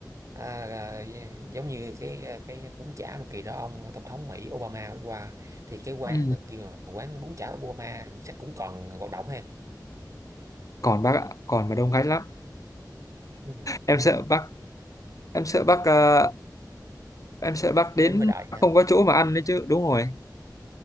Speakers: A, on the right; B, on the left.
A: à, à, dạ, giống như cái à, cái bún chả mà kỳ đó ông à, tổng thống Mỹ Obama hôm qua thì cái quán
B: ừ.
A: mà kêu là quán bún chả Obama thì chắc cũng còn hoạt động ha
B: còn bác ạ còn mà đông khách lắm
A: ừ
B: em sợ bác em sợ bác ờ, em sợ bác đến
A: đến với đại hả
B: không có chỗ mà ăn đấy chứ đúng rồi